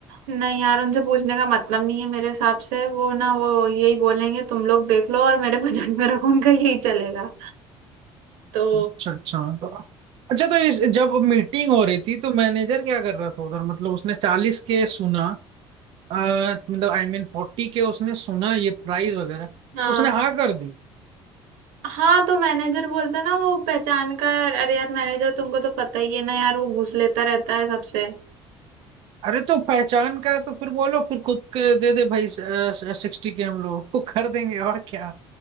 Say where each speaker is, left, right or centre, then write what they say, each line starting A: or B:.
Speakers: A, on the right; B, on the right.
A: नहीं यार उनसे पूछने का मतलब नहीं है मेरे हिसाब से वो ना वो यही बोलेंगे तुम लोग देख लो और मेरे बजट में रखो उनका यही चलेगा तो
B: अच्छा अच्छा तो अच्छा तो इस जब मीटिंग हो रही थी तो मैनेजर क्या कर रहा था उधर मतलब उसने चालीस के सुना अ, मतलब आई मीन फोर्टी के उसने सुना ये प्राइस वगैरह तो
A: हाँ
B: उसने हाँ कर दी
A: हाँ तो मैनेजर बोलता ना वो पहचान का अरे यार मैनेजर तुमको तो पता ही है ना यार वो घूस लेता रहता है सबसे
B: अरे तो पहचान का है तो फिर बोलो फिर खुद के दे दे भाई सिक्सटी के हम लोग को <laughs> कर देंगे और क्या